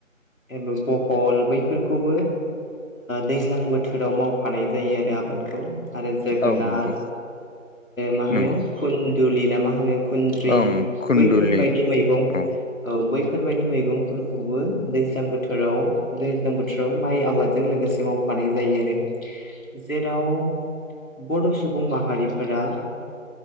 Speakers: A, on the left; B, on the left.
A: एबा बहल बैफोरखौबो दैज्लां बोथो बोथोराव मावफानाय जायो आरो आबादखौ आरो जोगोनार
B: औ नंगौ
A: मा होनो
B: नंगौ
A: खुन्दुलि ना मा होनो खुन्द्रि
B: ओं खुन्दुलि
A: बैफोरबायदि मैगं
B: औ
A: औ बैफोरबायदि मैगंफोरखौबो दैज्लां बोथोराव दैज्लां बोथोराव माइ आबादजों लोगोसे मावफानाय जायो आरो जेराव बड' सुबुं माहारि हारिफोरा